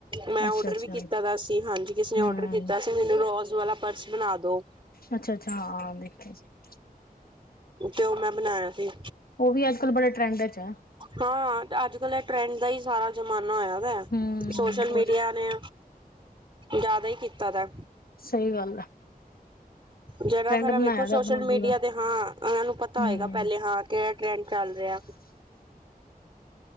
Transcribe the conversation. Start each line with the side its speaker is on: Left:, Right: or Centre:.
Right: ਮੈਂ
Left: ਅੱਛਾ-ਅੱਛਾ
Right: ਔਡਰ ਵੀ ਕੀਤਾ ਦਾ ਸੀ, ਹਾਂਜੀ ਕਿਸੇ
Left: ਹੂੰ
Right: ਨੇ ਔਡਰ ਕੀਤਾ। ਮੈਨੂੰ ਰੋਜ ਵਾਲਾ ਪਰਸ ਬਣਾ ਦੋ।
Left: ਅੱਛਾ-ਅੱਛਾ ਹਾ ਵੇਖੇ ਆ ਸੀ।
Right: ਤੇ ਉਹ ਮੈਂ ਬਣਾਇਆ ਸੀ।
Left: ਉਹ ਵੀ ਅੱਜ-ਕੱਲ੍ਹ ਬੜੇ ਟਰੈਂਡ ਚ ਹੈ
Right: ਹਾ ਅੱਜ ਕੱਲ ਇਹ ਟਰੈਂਡ ਦਾ ਹੀ ਸਾਰਾ ਜਮਾਨਾ ਹੋਈਆ
Left: ਹੂੰ
Right: ਸੋਸ਼ਲ
Left: ਬਹੁਤ
Right: ਮੀਡੀਆ ਨੇ ਜਾਦਾ ਹੀ ਕੀਤਾ ਦਾ।
Left: ਸਹੀ ਗੱਲ ਹੈ
Right: ਜੇੜਾ
Left: ਟਰੈਂਡ
Right: ਖਰਾ ਵੇਖੋ
Left: ਬਣਾਇਆ ਦਾ
Right: ਸੋਸ਼ਲ
Left: ਆਪਣਾ
Right: ਮੀਡੀਆ
Left: ਪੂਰਾ
Right: ਤੇ ਹਾਂ ਇਹਨਾਂ ਨੂੰ ਪਤਾ
Left: ਹੂੰ
Right: ਹੋਏਗਾ ਪਹਿਲੇ ਹਾਂ ਕੇ ਕੇੜਾ ਟ੍ਰੇਡ ਚੱਲ ਰਿਹਾ।